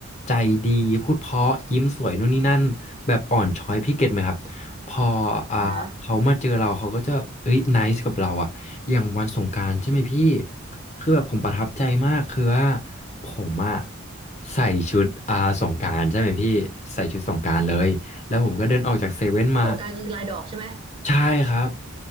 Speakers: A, on the left; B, on the right.
A: ใจดีพูดเพราะยิ้มสวยนู่นนี่นั่นแบบอ่อนช้อยพี่เก็ตไหมครับพออ่าเขามาเจอเราเขาก็จะเอ้ยไนซ์กับเราอะอย่างวันสงกรานต์ใช่ไหมพี่
B: อ่าฮะ
A: คือแบบผมประทับใจมากคือว่าผมอะใส่ชุดอ่าสงกรานต์ใช่ไหมพี่ใส่ชุดสงกรานต์เลยแล้วผมก็เดินออกจากเซเว่นมา
B: สงกรานต์คือลายดอกใช่ไหม
A: ใช่ครับ